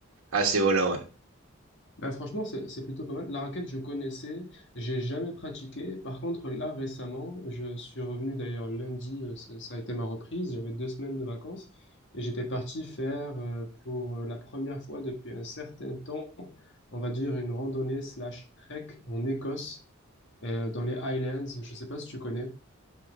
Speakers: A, on the right (about 85°); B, on the left (about 60°).
A: à ce niveau-là. ouais.
B: Bah franchement, c'est c'est plutôt pas mal. La raquette, je connaissais, j'ai jamais pratiqué. Par contre, là, récemment, je suis revenu d'ailleurs lundi, euh, ça ça a été ma reprise. J'avais deux semaines de vacances et j'étais parti faire euh, pour euh, la première fois depuis un certain temps, on va dire une randonnée slash trek en Écosse, euh, dans les Highlands. Je sais pas si tu connais.